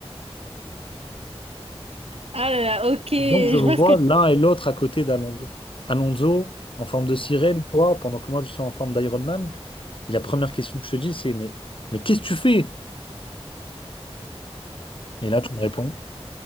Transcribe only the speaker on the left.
Et donc, je vous
Oh. vois
l'un et l'autre à côté d'Alonso. Alonso en forme de sirène, toi, pendant que moi, je suis en forme d'Iron Man. Et la première question que je te dis, c'est, mais, mais qu'est-ce que tu fais? Et là, tu me réponds.